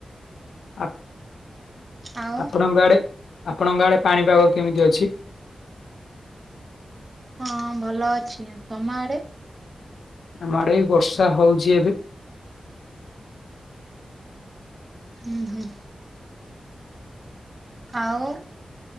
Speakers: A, on the left; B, on the right.
A: ଆ
B: ଆଉ
A: ଆପଣଙ୍କ ଆଡ଼େ ଆପଣଙ୍କ ଆଡ଼େ ପାଣିପାଗ କେମିତି ଅଛି
B: ହଁ ଭଲ ଅଛି ତମ ଆଡ଼େ
A: ଆମ ଆଡ଼େ ବର୍ଷା ହେଉଛି ଏବେ
B: ହୁଁ ହୁଁ ଆଉ